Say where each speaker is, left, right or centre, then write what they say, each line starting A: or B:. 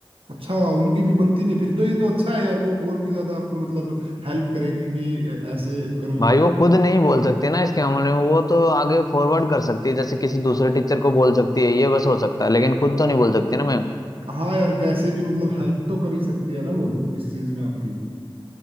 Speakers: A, on the right; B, on the left.
A: अच्छा उनकी भी बनती नहीं फिर तो ये तो अच्छा है यार वो और भी ज्यादा आपको मतलब हेल्प करेगी कि ऐ- ऐसे करो
B: भाई वो खुद नहीं बोल सकती ना इसके मामले में वो तो आगे फॉरवर्ड कर सकती है जैसे किसी दूसरे टीचर को बोल सकती है ये बस हो सकता है लेकिन खुद तो नहीं बोल सकती ना मैम
A: हाँ यार कैसे भी मतलब हेल्प तो कर ही सकती है ना वो इस चीज में आपकी